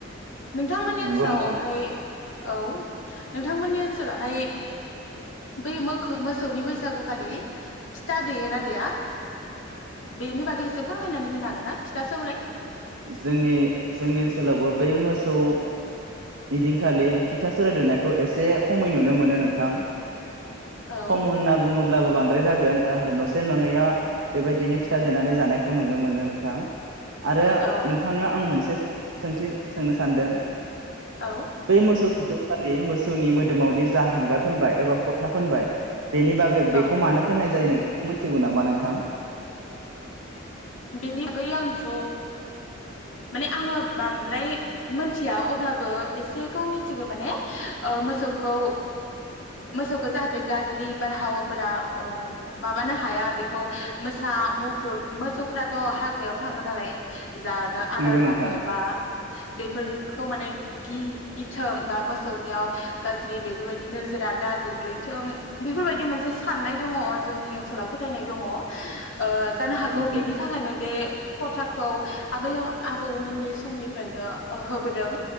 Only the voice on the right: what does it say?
नंगौ
नोंथां
जोंनि जोंनि ओनसोलावबो बै मोसौ बिदिनखालि फिथा स'राय दुनायखौ एसे खमै नुनो मोनो नोंथां।
खम होनना बुङो ब्लाबो बांद्राय जागोन ओहो न'से न'नैया बेबायदिनो फिथा देनानै जानायखौ नुनो मोनो नोंथां। आरो
नोंथांनियाव आं मोनसे सोंथि सोंनो सानदों।
बै मोसौ थुखै खालि मोसौनि मोदोमावदि जा हांगार फोनबाय एबा फ'था फोनबाय बेनि बागै बेखौ
मानो फोननाय जायो नों <unintelligible> मोनिथिगौ नामा नोंथां?
नंगौ नोंथां
नंगौ